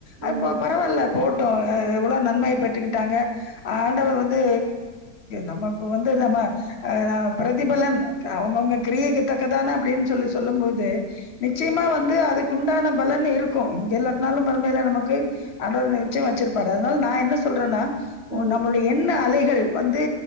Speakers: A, on the left; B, on the right.
A: அது
B: ம் ம்
A: பரவாயில்ல போட் எவ்வளோ நன்மைய பெற்றுக்கிட்டாங்க ஆண்டவர் வந்து நமக்கு வந்து நம பிரதிபலன் அவங்கவுங்க கிரியைக்குத்தக்கதான அப்டின்னு சொல்லி சொல்லும்போது நிச்சயமா வந்து அதுக்குண்டான பலன் இருக் கும் இங்க இல்லாட்னாலு மறுமேல நமக்கு ஆண்டர் நிச்சயம் வச்சிருப்பாரு அதனால நா என்ன சொல்றேன்னா
B: ம்
A: நம்மளுடைய எண்ண அலை டு வந்து